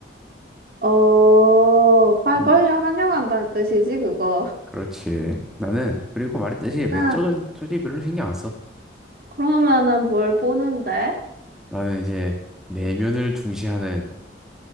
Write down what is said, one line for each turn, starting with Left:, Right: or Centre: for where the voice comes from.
Right: 어, 팔
Centre: 음,
Right: 벌려 환영한다는 뜻이지, 그거.
Centre: 그렇지. 나는 그리고 말했듯이 외적은
Right: 아,
Centre: 솔직히 별로 신경 안 써.
Right: 그러면은 뭘 보는데?
Centre: 나는 이제 내면을 중시하는,